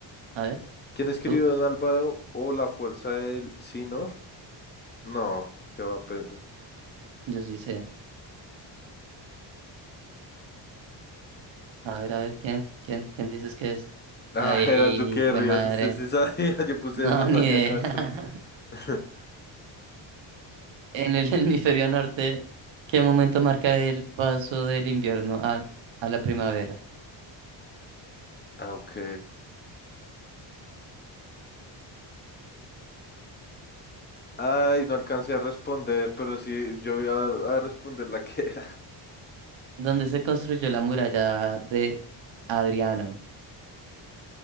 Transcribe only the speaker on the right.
A ver,
tú.
Yo sí sé. A ver, a ver, ¿quién? ¿Quién? ¿Quién dices que es?
Ay,
hijo
de madre.
<laughs>
No,
ni idea.
<laughs> En el hemisferio norte, ¿qué momento marca el paso del invierno a, a la primavera?
¿Dónde se construyó la muralla de Adriano?